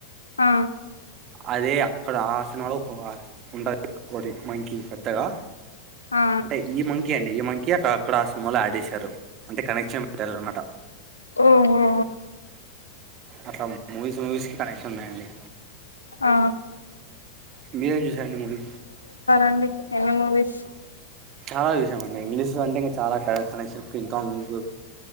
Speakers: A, on the left; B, on the right.
A: ఆ
B: అదే అక్కడ ఆ సినిమాలో <unintelligible> ఉంటది ఒకటి మంకీ పెద్దగా
A: ఆ
B: అంటే ఈ మంకీ అండి ఈ మంకిీ అక్కడ ఆ సినిమాలో యాడ్ చేసారు అంటే కనెక్షన్ పెట్టారు అన్నమాట
A: ఓహో
B: అట్లా మూవీస్ మూవీస్ కి కనెక్షన్ ఉన్నాయండి
A: ఆ
B: మీరేం చూసారండి మూవీ
A: అండి ఎన్ని మూవీస్
B: చాలా చూసామండి ఇంగ్లీష్ అంటే ఇంకా చాలా ఫేవరెట్ కనెక్షన్ కింగ్ కాంగ్